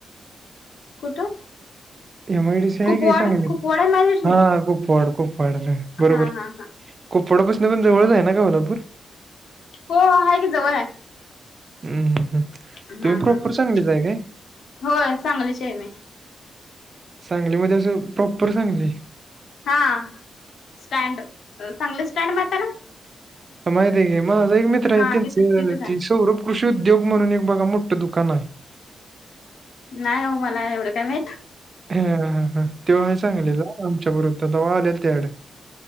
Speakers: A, on the left; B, on the right.
A: कुठं?
B: एम आय डी सी आहे
A: कुपवाड
B: की सांगलीत
A: कुपवाड आहे माझ्याकडे.
B: हा कुपवाड कुपवाडला बरोबर.
A: हा हा हा.
B: कुपवाडपासनं पण जवळच हाय ना कवलापूर
A: हो हाय कि जवळ हाय
B: हम्म हम्म हम्म.
A: हा
B: तुम्ही प्रॉपर
A: हा हा
B: सांगलीच आहे काय
A: होय सांगलीची हाय मी.
B: सांगलीमध्ये असं प्रॉपर सांगली.
A: हा स्टँड सांगली स्टँड माहीत्या ना.
B: माहित्या की माझा एक मित्र आहे
A: हा
B: त्यांचं
A: तिथं तिथंच आहे.
B: ते सौरभ कृषी उद्योग म्हणून एक बघा मोठं दुकान हाय
A: नाय ओ मला एवढं काय माहीत.
B: हा हा हा त्यो हाय सांगलीचा आमच्या बरोबर होता तवा आलेलो त्याच्याकडं.